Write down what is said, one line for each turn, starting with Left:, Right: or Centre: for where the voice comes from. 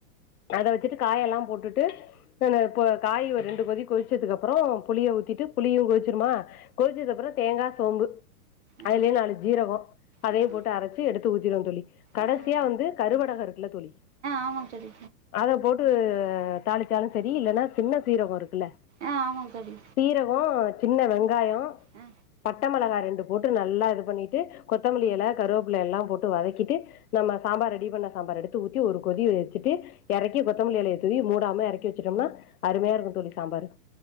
Left: அத வெச்சிட்டு காயெல்லா போட்டுட்டு அஹ் நா இப்போ காய் ஒரு ரெண்டு கொதி கொதிச்சதுக்கு அப்புறோ புளிய ஊத்திட்டு புளியு கொதிச்சிருமா கொதிச்சதுக்கு அப்புறோ தேங்கா சோம்பு
Right: ஆ
Left: அதுலயே நாலு ஜீரகோ அதையும்
Right: ஆ
Left: போட் டு அரச்சு எடுத்து ஊத்திறுவோ தோழி கடைசியா
Right: ஆ
Left: வந்து கருவடகோ இருக்குல்ல தோழி
Right: ஆமாங் தோழி
Left: அத போட்டு தாளிச்சாலு சரி இல்லன்னா சின்ன சீரகோ இருக்குல்ல
Right: ஆ ஆமாங் தோழி
Left: சீரகோ சின்ன வெங்காயோ
Right: ஆ
Left: பட்ட மிளகா ரெண்டு போட்டு நல்லா இது பண்ணிட்டு கொத்தமல்லி எல கருவப்பில்ல எல்லா போட்டு வதக்கிட்டு நம்ம சாம்பார் ரெடி பண்ண சாம்பார் எடுத்து ஊத்தி ஒரு கொதி வெச்சுட்டு எறக்கி கொத்தமல்லி எலைய தூவி மூடாம எறக்கி வெச்சுட்டோம்னா அருமையா இருக்கு தோழி சாம்பாரு